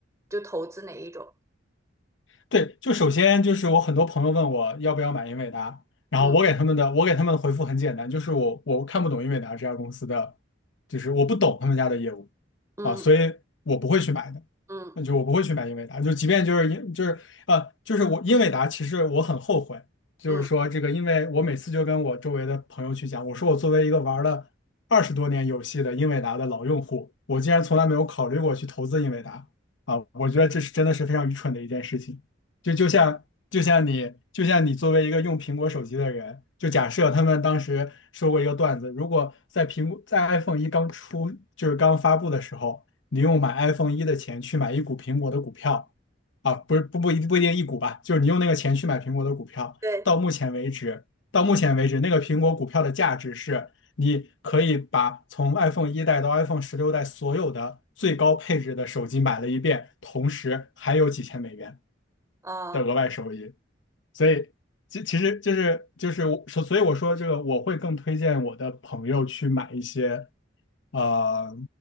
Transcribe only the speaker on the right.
就投资哪一种？
嗯
嗯。
嗯
嗯，
对，
啊、